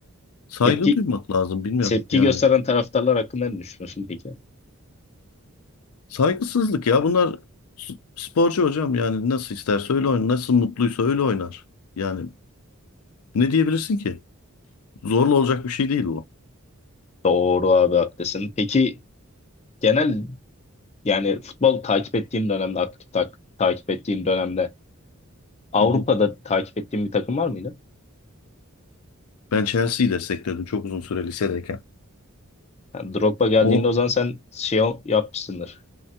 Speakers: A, on the left; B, on the left.
A: Saygı
B: Tepki
A: duymak lazım bilmiyorum
B: tepki
A: yani.
B: gösteren taraftarlar hakkında ne düşünüyorsun peki?
A: Saygısızlık ya bunlar s- sporcu hocam yani nasıl isterse öyle oynar, nasıl mutluysa öyle oynar. Yani ne diyebilirsin ki? Zorla olacak bir şey değil bu.
B: Doğru abi haklısın. Peki genel yani futbol takip ettiğin dönemde aktif tak- takip ettiğin dönemde Avrupa'da
A: Hı hı.
B: takip ettiğin bir takım var mıydı?
A: Ben Chelsea'yi destekledim çok uzun süre lisedeyken.
B: Yani Drogba geldiğinde
A: O
B: o zaman sen şey ol- yapmışsındır.